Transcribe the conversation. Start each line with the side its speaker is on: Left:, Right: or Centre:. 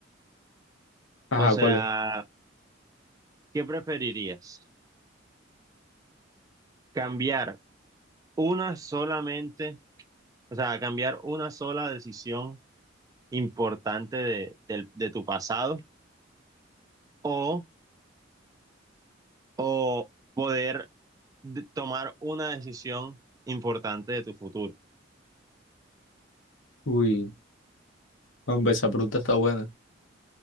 Left: Ajá,
Right: O sea,
Left: ¿cuál es?
Right: ¿qué preferirías? cambiar una solamente, o sea, cambiar una sola decisión importante de, del- de tu pasado o, o poder de- tomar una decisión importante de tu futuro.
Left: Uy. Hombre, esa pregunta está buena.